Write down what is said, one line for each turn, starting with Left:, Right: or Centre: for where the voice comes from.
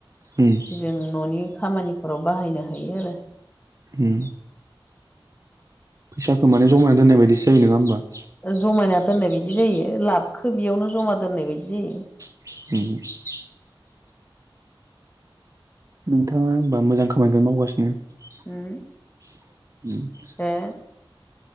Right: उम।
Left: जों न'नि खामानिफोराव बाहायनो हायो आरो।
Right: ओ फैसाखौ माने जमायना दोननाय बायदिसो जायो नङा होमबा?
Left: जमायना दोननाय बायदि जायो। लाबखो बेयावनो जमा दोननाय बायदि जायो।
Right: <unintelligible> नोंथाङा होमबा मोजां खामानिखौनो मावगासिनो।
Left: उम ए
Right: <unintelligible>